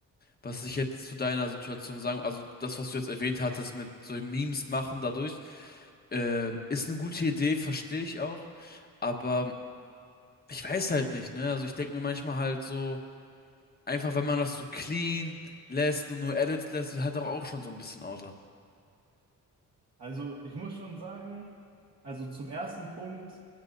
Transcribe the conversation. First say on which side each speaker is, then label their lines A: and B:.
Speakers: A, on the left; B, on the right.
A: was ich jetzt zu deiner Situation sagen, also das, was du jetzt erwähnt hattest mit so Memes machen dadurch, ähm, ist eine gute Idee, verstehe ich auch. Aber ich weiß halt nicht, ne? Also ich denke mir manchmal halt so, Einfach, wenn man das so clean lässt und nur Edits lässt, hat auch, auch schon so ein bisschen Auto.
B: Also ich muss schon sagen, also zum ersten Punkt,